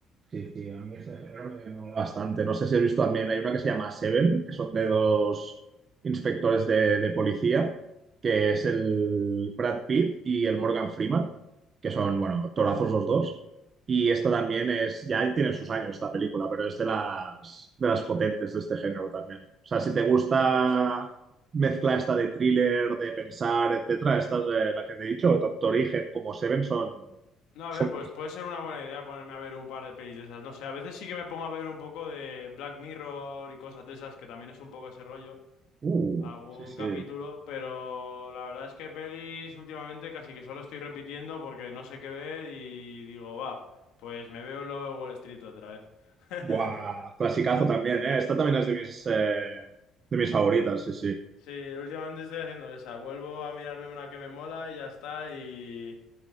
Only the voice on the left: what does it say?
Ya ves.
No, a
ver, pues puede ser una buena idea ponerme a ver un par de pelis de esas. No sé, a veces sí que me pongo a ver un poco de Black Mirror y cosas de esas, que también es un poco ese rollo,
algún
capítulo, pero la verdad es que pelis últimamente casi que solo estoy repitiendo porque no sé qué ver y digo, va, pues me veo el Lobo de Wall Street otra vez. <laughs>
Sí, últimamente estoy haciendo esa. Vuelvo a mirarme una que me mola y ya está. Y,